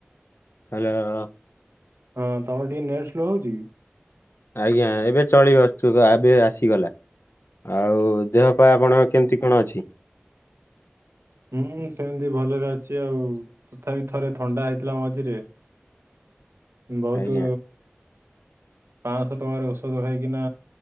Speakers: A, on the left; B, on the right.
A: ହ୍ୟାଲୋ
B: ହଁ ତମର ଟିକେ ନେଟସ୍ଲୋ ହଉଛି
A: ଆଜ୍ଞା ଏବେ ଚଳି ଆସଛୁ ଏବେ ଆସିଗଲା ଆଉ ଦେହ ପାଇଁ ଆପଣଙ୍କ କେମିତି କଣ ଅଛି।
B: ହୁଁ ସେମିତି ଭଲରେ ଅଛି ଆଉ ତଥାପି ଥରେ ଥଣ୍ଡା ହେଇଥିଲା ମଝିରେ ବହୁତ
A: ଆଜ୍ଞା
B: ପାଞ୍ଚଶହ ଟଙ୍କାରେ ଔଷଧ ଖାଇକିନା